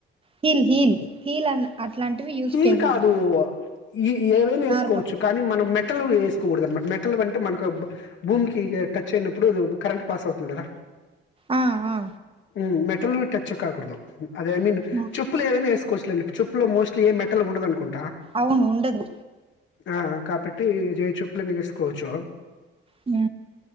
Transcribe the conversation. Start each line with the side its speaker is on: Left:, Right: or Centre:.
Right: హిల్ హిల్ హిల్ అన్ అట్లాంటివి యూస్
Left: హీల్
Right: చేయకూడదు
Left: కాదు ఈ ఏవైనా వేసుకోవచ్చు
Right: నార్మల్
Left: కానీ మనం మెట్ టలు వేసుకోకూడదండి మెటల్ వంటి మనకు అబ్ భూమికి టచ్ అయినప్పుడు కరెంట్ పాస్ అవుతుంది కదా
Right: ఆ ఆ
Left: హు మెటలు టచ్ కాకూడదు అదే నిను
Right: ఆ.
Left: చెప్పులు ఏమైన ఏసు కోశలండి చెప్పు లో మోస్ట్లీ ఏ మెటల్ ఉండదానుకోం
Right: అవును ఉండదు
Left: ఆ కాబట్టి జయచెప్పులైన వేసుకోవచ్చు
Right: హు